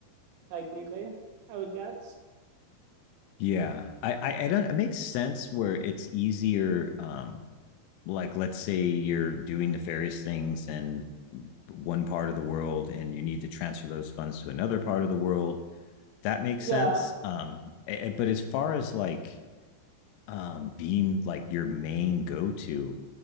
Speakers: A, on the right (about 80°); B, on the left (about 85°).
A: technically, I would guess.
B: Yeah. I, I I don't it makes sense where it's easier um like let's say you're doing nefarious things in one part of the world and you need to transfer those funds to another part of the world. That makes
A: Yeah,
B: sense. Um a- but as far as like um being like your main go-to,